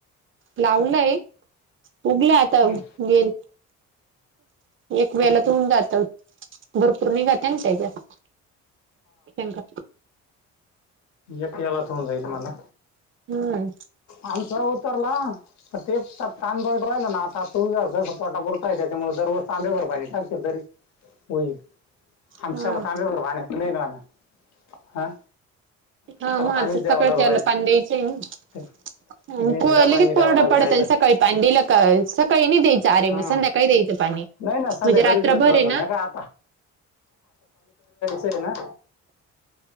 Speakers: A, on the right; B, on the left.
A: लावय उघल आता
B: हं.
A: गेल एक वेलात होऊन जात भरपूर निघत ना त्याच्यात. शेंगा.
B: ऐक येलात होऊन जाईल म्हणा.
A: हम्म
B: आमचा तरला, ते तांबरट राहिलं ना आता आपूनचा व्यवसाय पोटापुरता आहे त्याच्यामुळे दररोज तांब्याभर पाणी टाकशील तरी होईल. आमच्याला
A: हा
B: तांब्याभर पाण्यात तर नाही ना होणार. हा. त्याला
A: हा मग
B: पाणीच द्यावं
A: सकाळला
B: लागू राहिलं
A: पाणी द्यायचंय ना
B: ते भेंडीला पाणी
A: लगेच कोरडा
B: द्यावं लागू
A: पडत
B: राहिलं
A: आणि सकाळी पाणी दिलं का सकाळी नाही द्यायचं अरे
B: हम्म
A: मग संध्याकाळी द्यायचं पाणी
B: नाही ना संध्याकाळी
A: म्हणजे रात्रभर
B: देत राहतो
A: आहे
B: नाही
A: ना
B: का आता रीन ना.